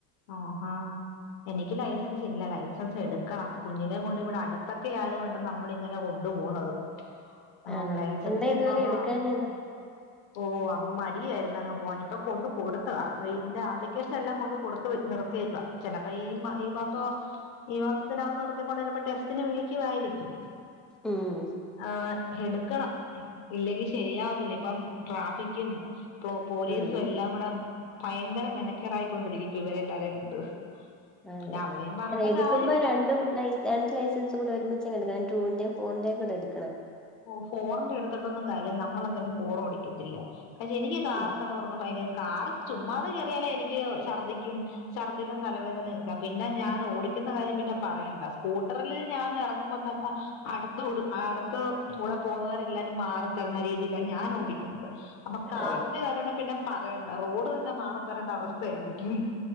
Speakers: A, on the left; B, in the centre.
A: ആഹാ എനിക്ക് ലൈസൻസ് ഇല്ല ലൈസൻസ് എടുക്കണം കുഞ്ഞിനേം കൊണ്ട് ഇവിടെ അടുത്തൊക്കെ ആയതുകൊണ്ട് നമ്മൾ ഇങ്ങനെ കൊ പോണത് ആ
B: ആണോ
A: ലൈസൻസ്
B: എന്താ ഇതുവരെ
A: ഇപ്പം
B: എടുക്കാഞ്ഞെ
A: ആ
B: എന്താ
A: ഓ അങ്ങ് മടിയാരുന്ന് അങ്ങ് പോവാൻ ഇപ്പൊ കൊണ്ട് കൊടുത്തതാ ഇയിന്റാ ആപ്ലിക്കേഷൻ എല്ലാം കൊണ്ട് കൊടു നിർത്തിയേക്ക ചിലപ്പ ഈ ഈ മാസോ ഈ മാസത്തിനകം നിർത്തിക്കൊണ്ട് ചിലപ്പോ ടെസ്റ്റിന് വിളിക്കുവായിരിക്കും
B: ഉം
A: ആഹ് എടു എടുക്കണം ഇല്ലെങ്കിൽ ശരിയാവതല്ലേ ഇപ്പം ട്രാഫിക്കും ഇപ്പോ പോലീസും
B: ഉം
A: എല്ലാം കൂടെ ഭയങ്കര മെനക്കേടായിക്കൊണ്ടിരിക്കും ഇപ്പ ഇവരെ എല്ലാരെയും കൊണ്ട്
B: ആണ്
A: പിന്നെ അവരെയും പറഞ്ഞിട്ട്
B: അതെ എടുക്കുമ്പോ
A: കാര്യമില്ല
B: രണ്ടും രണ്ട് ലൈസൻസും കൂടെ ഒരുമിച്ച് എടുക്കണം ടുൂന്റെ ഫോർന്റെറെയും ഇങ്ങട്ട് എടുക്കണം
A: ഓ ഫോറിന്റെ എടുത്തിട്ടൊന്നും കാര്യില്ല നമ്മളെന്തായാലും ഫോറ് ഓടിക്കത്തില്ല പക്ഷെ എനിക്ക് കറൊക്ക
B: ഉം
A: എന്ന് പറഞ്ഞപ്പോ ഭയം കാറ് ചുമ്മാതെ കയറിയാലേ എനിക്ക് ഛർദിക്കും ഛർദിലും തലവേദനക്ക പിന്നെ ഞാൻ ഓടിക്കും കയറുന്ന കാര്യം പിന്നെ പറയണ്ട സ്കൂട്ടറിൽ ഞാൻ ഇറങ്ങുമ്പോ തന്നെ അടുത്ത്തുടേ അടുത്ത് കൂടെ പോകുന്നവരെല്ലാരും മാറി ത്തരുന്ന രീതിയില ഞാൻ ഓടിക്കുന്നത് അപ്പൊ കാറിന്റെ
B: ഏഹ്
A: കാര്യമാണ് പിന്നെ പറയണ്ട റോഡ് തന്നെ മാറത്തരേണ്ട അവസ്ഥയാനിക്ക്